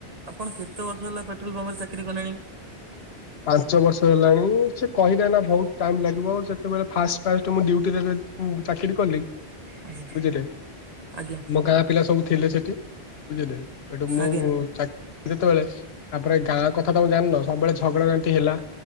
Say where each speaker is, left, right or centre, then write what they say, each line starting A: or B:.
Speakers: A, on the right (about 40°); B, on the left (about 70°).
A: ଆପଣ କେତେ ବର୍ଷ ହେଲା ପେଟ୍ରୋଲ ପମ୍ପରେ ଚାକିରି କଲେଣି?
B: ପାଞ୍ଚ ବର୍ଷ ହେଲାଣି ସେଟ କହିଲେ ଏନା ବୋହୁତ ଟାଇମ ଲାଗିବ ଯେତେବେଳେ ଫାଷ୍ଟ ଫାଷ୍ଟ ମୁଁ ଡିୟୁଟିରେରେ ହୁଁ ଚାକିରି କଲି
A: ଆଜ୍ଞା
B: ବୁଝିଲେ
A: ଆଜ୍ଞା
B: ମୋ ଗାଁ ପିଲା ସବୁ ଥିଲେ ସେଟି ବୁଝିଲେ ଏଠୁ ମୁଁ
A: ଆଜ୍ଞା
B: ଚାକେ ଯେତେବେଳେ ତାପରେ ଗାଁ କଥା ତମ ଜାଣିନ ସବୁଳେ ଝଗଡା ଯୋତି ହେଲା